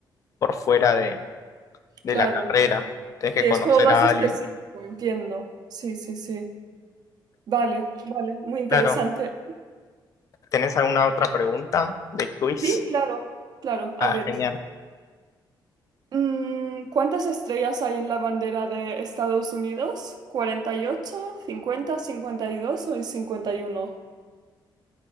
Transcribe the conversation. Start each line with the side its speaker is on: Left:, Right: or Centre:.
Left: por fuera de
Right: Claro.
Left: la carrera. Tienes que
Right: Sí, es
Left: conocer
Right: como más
Left: a
Right: específico,
Left: alguien.
Right: entiendo. Sí, sí, sí. Vale, vale, muy interesante.
Left: Claro. ¿Tenés alguna otra pregunta de quiz?
Right: Sí, claro, claro.
Left: Ah,
Right: A ver,
Left: genial.
Right: mm, ¿cuántas estrellas hay en la bandera de Estados Unidos? Cuarenta y ocho, cincuenta, cincuenta y dos o cincuenta y uno.